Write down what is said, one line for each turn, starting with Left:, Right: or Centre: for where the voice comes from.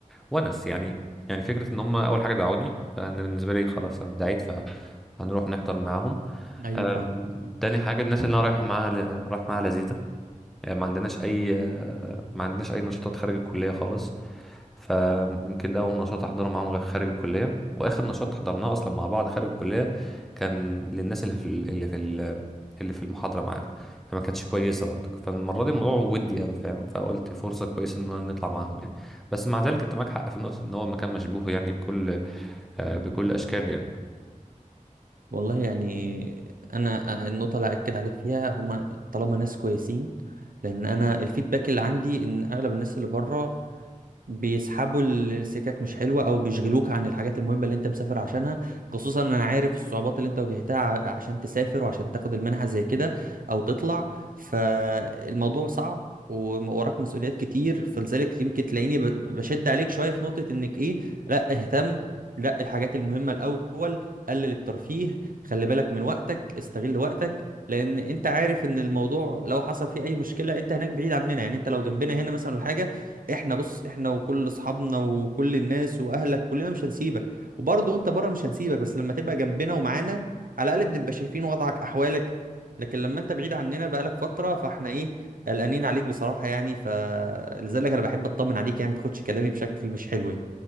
Centre: ونس يعني يعني فكرة ان هم اول حاجة دعوني فانا بالنسبة لي خلاص أنا اتدعيت فهنروح نحضر معاهم
Right: ايوه
Centre: أم،
Right: فاهم
Centre: تاني حاجة الناس اللي انا رايحة معاها ل- رايح معاها لذيذة يعني ما عندناش اي ما عندناش اي نشاطات خارج الكلية خالص فيمكن ده اول نشاط احضره معاهم غ- خارج الكليه واخر نشاط حضرناه اصلا مع بعض خارج الكليه كان للناس اللي في ال- اللي في ال- اللي في المحاضره معانا فما كانتش كويسه برضه فالمره دي الموضوع ودي قوي فاهم فقلت فرصه كويسه ان نطلع معاهم يعني بس مع ذلك انت معاك حق في نقطه ان هو مكان مشبوه يعني بكل آه، بكل اشكاله يعني
Right: والله يعني انا النقطه اللي اكد عليك فيها هما طالما ناس كويسين لان انا الفيدباك اللي عندي ان اغلب الناس اللي بره بيسحبوا ال- السكك مش حلوة او بيشغلوك عن الحاجات المهمة اللي انت مسافر عشانها خصوصا انا عارف الصعوبات اللي انت واجهتها ع- عشان تسافر وعشان تاخد المنحة زي كده او تطلع فالموضوع صعب ووراك مسؤوليات كتير فلذلك يمكن تلاقيني ب- بشد عليك شوية في نقطة انك ايه لا اهتم لا الحاجات المهمة الأول قلل الترفيه خلي بالك من وقتك استغل وقتك لأن أنت عارف إن الموضوع لو حصل فيه أي مشكلة أنت هناك بعيد عننا يعني أنت لو جنبنا هنا مثلا الحاجة احنا بص احنا وكل اصحابنا وكل الناس واهلك كلنا مش هنسيبك وبرضه انت بره مش هنسيبك بس لما تبقى جنبنا ومعانا على الاقل بنبقى شايفين وضعك احوالك لكن لما انت بعيد عننا بقالك فتره فاحنا ايه قلقانين عليك بصراحه يعني فلذلك انا بحب اطمن عليك يعني ما تاخدش كلامي بشكل مش حلو يعني